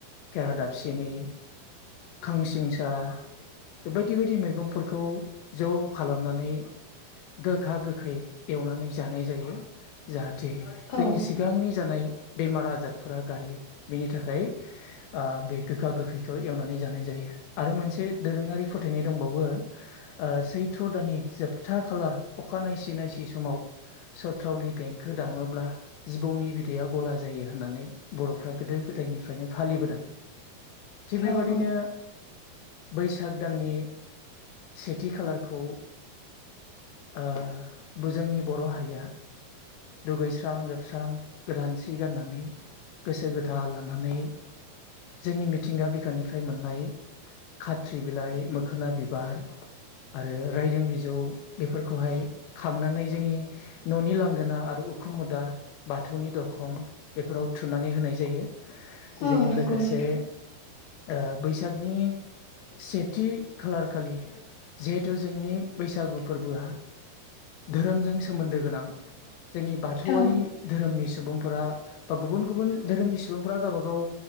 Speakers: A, on the left; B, on the left.
A: केरा दाबसिनि, खांसिंसा बायदि बायदि मैगंफोर खौ ज' खालामनानै गोखा-गोखै एवनानै जानाय जायो। जाहाथे जोंनि
B: औ
A: सिगांनि जानाय बेमार आजारफोरा गायो। बिनि थाखाय ओ बे गोखा-गोखैखौ एवनानै जानाय जायो आरो मोनसे दोरोङारि फोथाय नाय दंबावो ओ सैथ्र' दाननि जोबथा खालार अखा नायसि नायसि समाव सथ्रावलि देंखो दामोब्ला जिबौनि बिदैया गला जायो होननानै बर'फ्रा गोदो गोदायनिफ्रायनो फालिबोदों। थिक
B: औ
A: बेबादिनो
B: औ
A: बैसाग दाननि सेथि खालारखौ ओ जोंनि बर' हारिया दुगैस्रां-लोब स्रां गोदान जि गाननानै गोसो गोथार लानानै जोंनि मिथिंगा बिखानिफ्राय मोननाय खाथ्रि बिलाइ, मोखोना बिबार आरो रायदों बिजौ, बेफोरखौहाय खांनानै जोंनि न'नि लांगोना आरु उखुम मुदा आरो बाथौनि दरखं बेफोराव थुनानै होनाय जायो।
B: औ
A: जोंनो
B: नंगौ
A: लोगोसे
B: नोंथां
A: ओ बैसागनि सेथि खालार खालि जिहेथु जोंनि बैसागु फोरबोआ धोरोमजों सोमोन्दो गोनां, जोंनि बाथौआरि
B: औ
A: धोरोमनि सुबुंफोरा बा गुबुन गुबुन धोरोमनि सुबुंफोरा गावबागाव